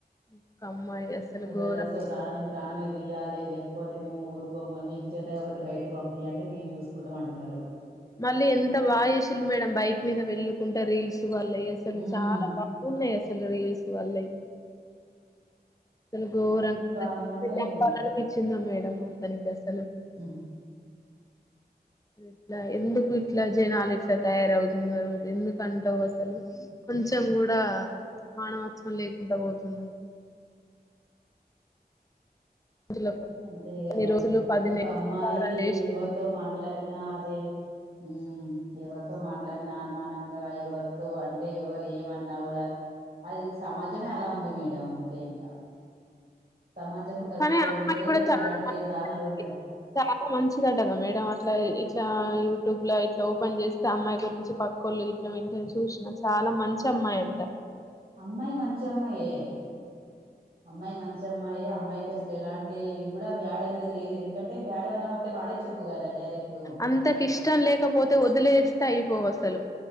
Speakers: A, on the left; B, on the right.
A: ఒక్క అమ్మాయి అసలు
B: మా బ్రదర్స్
A: ఘోరం
B: ప్రాణానికి ప్రాణమే తీయాలి లేకపోతే మేము ఊరుకోము మీకు చేత కాకపోతే బయటకి పంపియ్యండి మేము చూసుకుంటం అంటున్నారు
A: మళ్ళీ ఎంత బాగా చేసిండ్రు మేడం బైక్ మీద వెళ్ళకుంట రీల్స్ వాళ్ళ అసలు
B: ఉమ్
A: చాలా బాగున్నాయి అసలు రీల్స్ వాల్ల అసలు ఘోరంగ
B: అన్ని బానే
A: ప్రసిద్ధ
B: ఉన్నాయి
A: <unintelligible> మేడం తను నీకాసల్
B: ఉ
A: ఇట్లా ఎందుకు ఇట్లా జనాలు ఇట్లా తయారవుతున్నారు ఎందుకు అంటవు అసలు కొంచెం కూడా మానవత్వం లేకుండ పోతుంది. రోజులకు
B: అంతే కదా
A: కొన్ని రోజులు పది
B: ఒక
A: నెలలు
B: అమ్మాయి
A: సంసారం చేసి
B: ఎవరి తో మాట్లాడినా అదే ఉ మ్ ఎవరితో మాట్లాడిన అనుమానంగా ఎవరితో అంటే ఎవరు ఏమన్నా కూడా అది సమాజమే అలా ఉంది మేడం అంతే ఇంక సమాజం కరెక్ట్
A: కానీ
B: గ
A: ఆ అమ్మాయి
B: ఉంటే
A: కూడా చాలా
B: ఎలాంటి దారుణాలు కూడా
A: మంచిది
B: జరుగవ్
A: చాలా మంచిదటగా మేడం అట్లా ఇట్లా యూట్యూబ్ లో ఇట్లా ఓపెన్ చేస్తే అమ్మాయి గురించి పక్కోళ్ళ ఇలా వింటే చూసిన చాలా మంచి అమ్మాయి అంట
B: అమ్మాయి మంచి అమ్మాయే. అమ్మాయి మంచి అమ్మాయి అమ్మాయికి అసలు ఎలాంటి కూడా బ్యాడ్ అనేది లేదు. ఎందుకంటే బ్యాడ్ ఎమన్నా ఉంటే వాడే చెప్పు కదా. డైరెక్ట్
A: అంతకిష్టం లేకపోతే వదిలేస్త్ యిపోవసలు